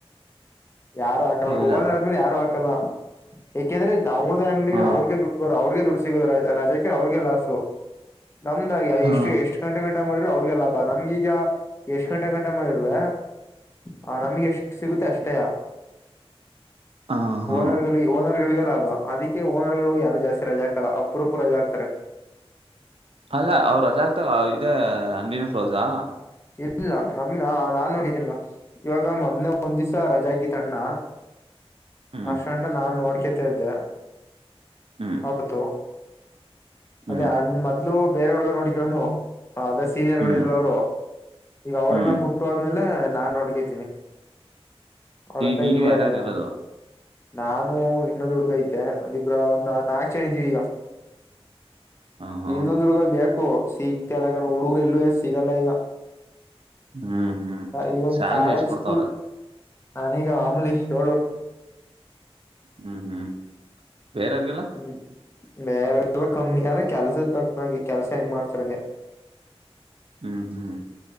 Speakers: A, on the left (about 25°); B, on the right (about 65°).
A: ಯಾರು ಹಾಕಲ್ಲ
B: ಇಲ್ಲ
A: ಹಓಂದದ್ಮೇಲೆ ಯಾರು ಹಾಕಲ್ಲ ಯಏಕೆಂದ್ರೆ. ಅವ್ರ್ದ ಅಂಗಡಿ
B: ಹ
A: ಅವ್ರಿಗೆ ದುಡ್ಡೋರು ಅವ್ರಿಗೆ ದುಡ್ಡು ಸಿಗೋ ರಜಾಕ ಅವ್ರಿಗೆ ಲಾಸು. ನಮ್ದ
B: ಹ
A: ಎಷ್ಟು ಎಷ್ಟು ಗಂಟೆ ಗಂಟ ಮಾಡ. ಅವ್ರಗೆ ಲಾಭ ನಮ್ಗೀಗ ಎಷ್ಟ್ ಗಂಟೆ ಗಂಟೆ ಮಳಿ ಇರುವೆ. ಹ ನಮ್ಗೆ ಎಷ್ಟು ಸಿಗುತ್ತೆ ಅಷ್ಟೇಯ
B: ಹ ಹ
A: ಓನರ್ಗಳು ಓನರ್. ಗಳ ಲಾಭ ಅದಕ್ಕೆ ಓನರ್ಗಳು ಯಾರು ಜಾಸ್ತಿ ರಜೆ ಹಾಕಲ್ಲ ಅಪುರೊಪು ರಜೆ ಹಗ್ತಾರೆ.
B: ಅಲ್ಲ ಅವ್ ರಜಾ ಆಗ್ತ ಇ ಅಂಗಡಿನ ಪ್ರೌಜಾ.
A: ಇಲ್ಲ ನಮನಾ ನಾನ್ ನೋಡಿದ್ದೀನ ಇವಾಗ ಮೊ ಒಂದ್ ದಿವ್ಸ ರಜ ಗೀತ ಅಣ್ಣ.
B: <inaudible> ಹ್ಮ್
A: ಅಷ್ಟಂಡ ನಾನ್ ನೋಡ್ಕತ ಇದ್ದೆ
B: ಹ್ಮ್
A: ಹೌತ್ತು.
B: ಹ್ಮ್
A: ಅದೇ ಅಣ್ ಮೊದ್ಲು ಬೇರೆ ಹುಡ್ಗ ನೋಡಿಕನು ಅದೇ ಸೀನಿಯರ್ಗಳು
B: ಹ್ಮ್
A: ಇರಲ್ಲ ಅವರು. ಈಗ ಅವರೆಲ್ಲ
B: ಹ್ಮ್
A: ಬಿಟ್ಟು ಅಂದ್ಮೇಲೆ ನಾನ್ ನೋಡ್ಕತೀನಿ. ಹಲ್ಲ
B: ಈಗ ನೀವ್
A: ಇಲ್ಲವ
B: ಯಾರ್ಯಾರು
A: ಯ.
B: ಇರೋದು
A: ನಾನು ಇನ್ನೊಂದು ಹುಡ್ಗೈಐತೆಬ್ರ ಒಂದ ನಾಲ್ಕು ಜನ ಇದ್ದೀವಿ ಈಗ.
B: ಹ ಹಾ
A: ಇನ್ನೊಂದ್ ಹುಡ್ಗ ಬೇಕು ಸಿಗ್ತಲ್ಲಾಕ ಹುಡುಗರು ಎಲ್ಲೂ ಎಷ್ಟ ಸಿಗಲ್ಲ ಈಗ.
B: ಹ್ಮ್ ಹ್ಮ್
A: ಇವಂದು
B: ಸ್ಯಾಲ್ರಿ
A: ಕಾಲೇಜ್
B: ಎಷ್ಟ್ ಕೊಡ್ತಾವ್ರ
A: ಸ್ಕೂಲ್. ನಾ ಈಗ ಅಮುಲೀಷ್ ಳೂರ್.
B: ಹ್ಮ್ ಹ್ಮ್ ಬೇರ ಯಾರ್ಗೆಲ್ಲ.
A: ಹ್ಮ್ ಬೇರೆಲ್ಲ ಕಮ್ಮಿ ಅ್ರ ಕೆಲ್ಸದ ತಕಿ ಕೆಲ್ಸ ಹೆಂಗ್ ಮಾಡ್ತಾರಗೆ.
B: ಹ್ಮ್ ಹ್ಮ್